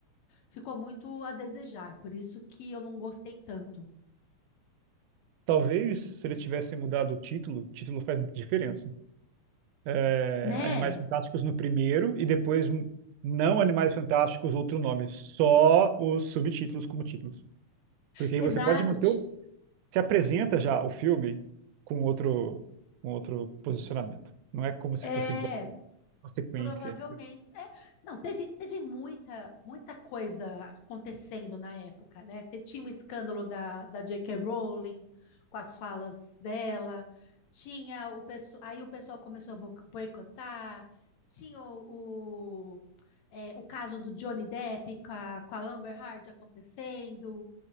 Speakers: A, on the left; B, on the right.
A: ficou muito a desejar, por isso que eu não gostei tanto,
B: Talvez se eles tivessem mudado o título, o título faz muita diferença. É,
A: né?
B: Animais Fantásticos no primeiro e depois hum, não Animais Fantásticos, outro nome, só os subtítulos como títulos. Porque
A: Exato.
B: aí você pode manter
A: ti-
B: o, se apresenta já o filme com outro, com outro posicionamento. Não é como se
A: É.
B: fosse igual, uma sequência.
A: Provavelmente. É, não, teve, teve muita, muita coisa acontecendo na época, né? Te- Tinha o escândalo da, da J K Rowling com as falas dela, tinha o pessoal, aí o pessoal começou a bo- boicotar, tinha o, o, é, o caso do Johnny Depp com a, com a Amber Heard acontecendo,